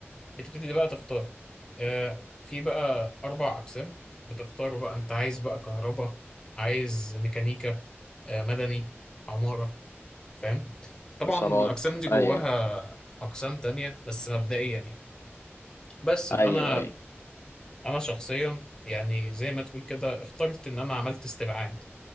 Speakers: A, on the left; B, on the left.
A: بتبتدي بقى تختار آه، في بقى اربع اقسام بتختار بقى انت عايز بقى كهرباء عايز ميكانيكا آه، مدني عماره فاهم طبعا
B: اتصالات
A: الاقسام دي جواها
B: أيوه
A: اقسام تانية بس مبدئيا يعني بس
B: أيوه
A: فانا
B: أيوه
A: انا شخصيا يعني زي ما تقول كده اخترت ان انا عملت استبعاد